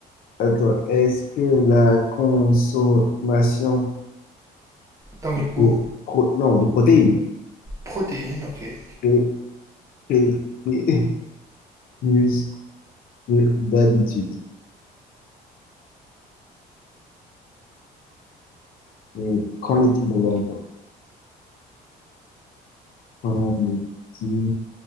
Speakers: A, on the left; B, on the right.
A: Attends, est-ce que la consommation
B: haricots,
A: de, pro- non, de protéines
B: protéines, ok.
A: est est- est plus que <laughs> d'habitude? Et Qu'en est-il de la vérité? Qu'en est-il de